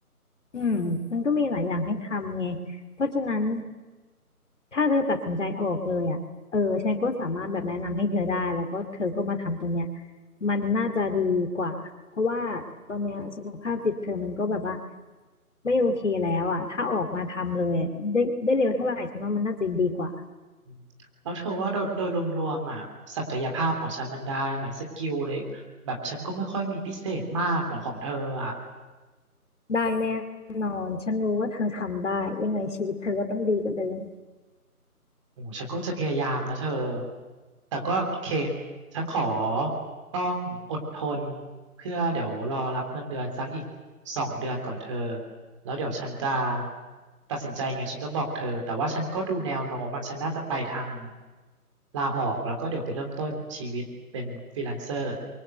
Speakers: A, on the left; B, on the right.
A: อืมมันก็มีหลายอย่างให้ทำไง เพราะฉะนั้น ถ้าเธอตัดสินใจออกเลยอ่ะเออฉันก็สามารถแบบแนะนำให้เธอได้แล้วก็เธอก็มาทำตรงเนี้ยมันน่าจะดีกว่าเพราะว่าตอนเนี้ยสุขภาพจิตเธอมันก็แบบว่าไม่โอเคแล้วอ่ะถ้าออกมาทำเลยอะได้ได้เร็วเท่าไหร่ฉันว่ามันน่าจะดีกว่า
B: อืมแล้วเธอว่าโดยโดยรวมๆอ่ะศักยภาพของฉันมันได้ไหมสกิลเลยแบบฉันก็ไม่ค่อยมีพิเศษมากเหมือนของเธออ่ะ
A: ได้แน่นอนฉันรู้ว่าเธอทำได้ยังไงชีวิตเธอก็ต้องดีกว่าเดิม
B: โอ้ฉันก็จะพยายามนะเธอ แต่ก็โอเคฉันขอต้องอดทนเพื่อเดี๋ยวรอรับเงินเดือนสักอีกสองเดือนก่อนเธอ แล้วเดี๋ยวฉันจะตัดสินใจไงฉันจะบอกเธอแต่ว่าฉันก็ดูแนวโน้มอะฉันน่าจะไปทางลาออกแล้วก็เดี๋ยวไปเริ่มต้นชีวิตเป็นฟรีแลนเซอร์